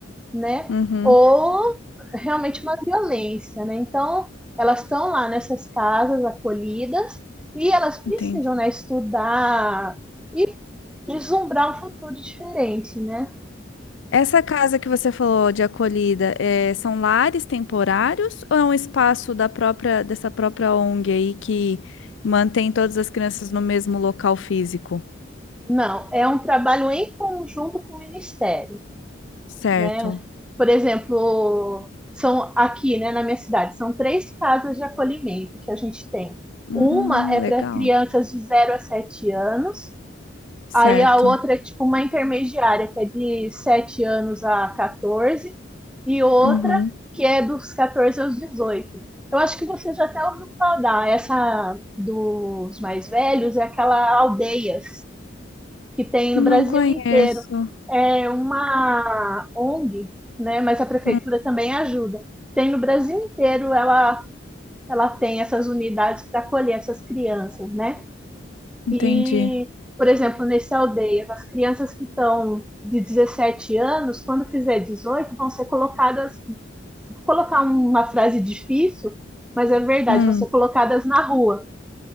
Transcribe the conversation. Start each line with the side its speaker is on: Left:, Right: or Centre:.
Centre: né?
Left: Uhum.
Centre: Ou realmente uma violência, né? Então, elas estão lá nessas casas acolhidas e elas precisam,
Left: Entendi.
Centre: né, estudar e vislumbrar um futuro diferente, né?
Left: Essa casa que você falou de acolhida, eh, são lares temporários ou é um espaço da própria dessa própria ONG aí que mantém todas as crianças no mesmo local físico?
Centre: Não, é um trabalho em conjunto com o Ministério,
Left: Certo.
Centre: né? Por exemplo, são aqui, né, na minha cidade, são três casas de acolhimento que a gente tem.
Left: Hum,
Centre: Uma é para
Left: legal.
Centre: crianças de zero a 7 anos,
Left: Certo.
Centre: Aí a outra é tipo uma intermediária, que é de 7 anos a 14, e outra
Left: Uhum.
Centre: que é dos 14 aos 18. Eu acho que você já até ouviu falar, essa dos mais velhos é aquela aldeias que tem no
Left: Não
Centre: Brasil
Left: conheço.
Centre: inteiro. É uma ONG, né? Mas a prefeitura
Left: Hum,
Centre: também ajuda. Tem no Brasil inteiro, ela, ela tem essas unidades para acolher essas crianças, né?
Left: entendi.
Centre: E, por exemplo, nesse Aldeias, as crianças que estão de 17 anos, quando fizer 18, vão ser colocadas, vou colocar uma frase difícil, mas é verdade,
Left: Hum.
Centre: vão ser colocadas na rua,